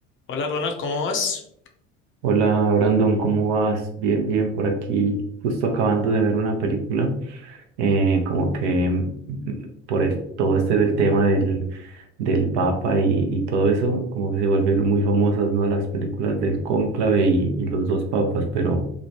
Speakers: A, on the left (about 30°); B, on the right (about 60°).
A: Hola Ronald, ¿cómo vas?
B: Hola Brandon, ¿cómo vas? Bien, bien, por aquí, justo acabando de ver una película, eh, como que mm, por el, todo este del tema del, del Papa y, y todo eso, como que se volvieron muy famosas, ¿no? Las películas del Cónclave y, y los dos papas, pero